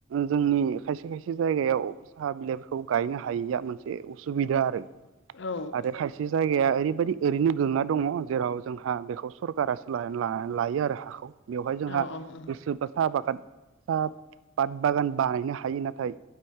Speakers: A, on the right (about 80°); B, on the left (about 65°).
A: जोंनि खायसे खायसे जायगायाव साहा बिलाइफोरखौ गायनो हायैया मोनसे उसुबिदा आरो
B: औ
A: आरो खायसे बे जायगाया ओरैबायदि ओरैनो गोलैनाय दङ जेराव जोंहा बेखौ सरकारासो ला-ला-लायो आरो हाखौ बेवहाय जोंहा
B: औ उम
A: गोसो बा साहा बागाद साहा पात बागान बानायनो हायो नाथाय